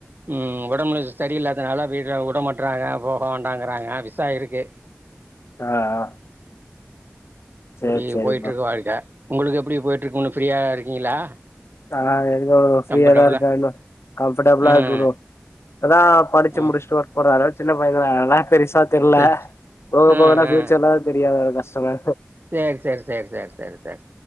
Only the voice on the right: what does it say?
ம் ஒடம்பு ஸ்டெடி இல்லாதனால வீட்ல உடமாட்றாங்க போகோண்டாறாங்க விசா இருக்கு
அப்டி
போயிட்டு
இருக்கு வாழ்க்க உங்களுக்கு எப்டி போயிட்டு இருக்க ஒன்னு ஃப்ரீயா இருக்கீங்களா
கம்ஃபர்டபுளா
ம்
ம்
சரி
ஆ
ஆ
சேரி சேரி சேரி சேரி சேரி சேர்